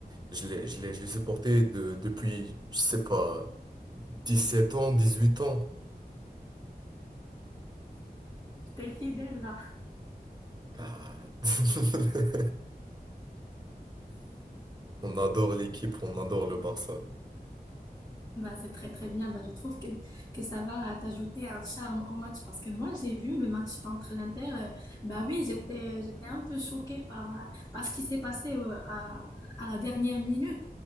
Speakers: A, on the right; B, on the left.
A: Je l'ai, je l'ai, je l'ai supporté de, depuis, je sais pas, dix sept ans, dix huit ans.
B: T'es fidèle là.
A: Ah. <laughs> On adore l'équipe, on adore le Barça.
B: Bah, c'est très très bien. Bah, je trouve que, que ça va t'ajouter un charme au match parce que moi j'ai vu le match contre l'Inter. euh, bah oui, j'étais j'étais un peu choquée par, euh, par ce qui s'est passé euh, à, à la dernière minute.